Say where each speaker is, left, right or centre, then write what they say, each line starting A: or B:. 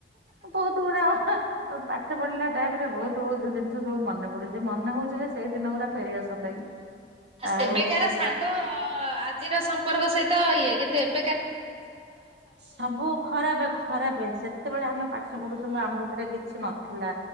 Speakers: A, on the right (about 75°); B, on the right (about 35°).
A: ବହୁତ ଗୁଡେ ଅ ହଁ। ପାଠ ପଢିଲା ଟାଇମରେ ବହୁତ ବହୁତ ଜିନିଷ ସବୁ ମନେ ପଡୁଛି ମନେ ହଉଛି ଯେ ସେଇ ଦିନ ଗୁରା ଫେରିଆସନ୍ତା କି
B: ଆ ସେବେ
A: ଆଉ
B: କାର ସାଙ୍ଗ ଆଜି କା ସମ୍ପର୍କ ସହିତ ଇଏ କିନ୍ତୁ ଏବେ
A: ସବୁ ଖରାପେ ଖରାପେ ସେତେବେଳେ ଆମେ ପାଠ ପଢୁଥିଲୁ ଆମ ଭିତରେ କିଛି ନଥିଲା